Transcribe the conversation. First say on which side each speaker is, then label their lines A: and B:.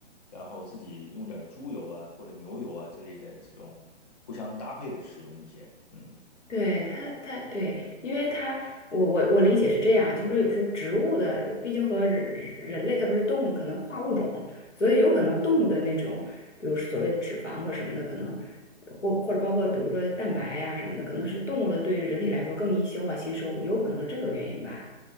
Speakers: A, on the left (about 35°); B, on the left (about 85°).
A: 然后自己用点猪油啊或者牛油啊之类的这种互相搭配的使用一些，嗯。
B: 对，它它对，因为它我我我理解是这样，就是说有时候植物的，毕竟和人人类它不是动物，可能跨物种，所以有可能动物的那种，比如所谓的脂肪或什么的，可能或或者包括比如说蛋白呀什么的，可能是动物的对人体来说更易消化吸收，有可能是这个原因吧。